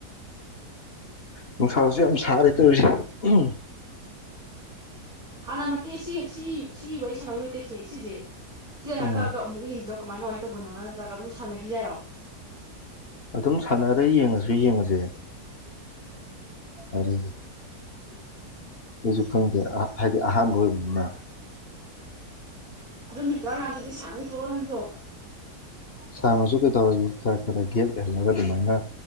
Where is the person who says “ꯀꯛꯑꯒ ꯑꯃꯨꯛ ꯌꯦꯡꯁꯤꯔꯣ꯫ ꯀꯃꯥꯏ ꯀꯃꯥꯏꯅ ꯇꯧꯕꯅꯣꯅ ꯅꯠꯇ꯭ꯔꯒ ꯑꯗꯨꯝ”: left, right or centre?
Right